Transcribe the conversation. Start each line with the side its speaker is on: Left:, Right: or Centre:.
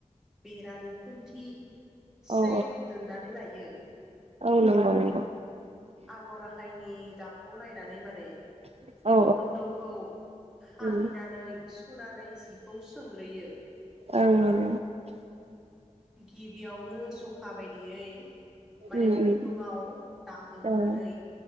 Centre: बेरानि खुन्थि स्रें
Right: औ
Centre: दोननानै लायो बियो
Right: औ नंगौ नंगौ।
Centre: आगर आखाइनि बेखौ नायनानै माने
Right: औ
Centre: खुन्दुंखौ हादिनानै
Right: उम
Centre: सुनानै जिखौ सोंग्रोयो।
Right: औ औ।
Centre: गिबियाव नो जखाबायदियै माने
Right: उम उम
Centre: खुनदुंआव दागो होनानै
Right: ओं